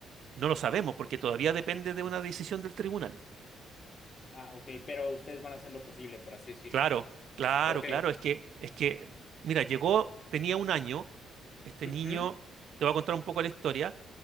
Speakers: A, on the right (about 70°); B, on the left (about 40°).
A: no lo sabemos porque todavía depende de una decisión del tribunal.
B: Ah, ok, pero ustedes van a hacer lo posible, por así decirlo.
A: Claro, claro,
B: Ok.
A: claro, es que, es que, mira, llegó, tenía un año, este
B: ujú,
A: niño, te voy a contar un poco la historia,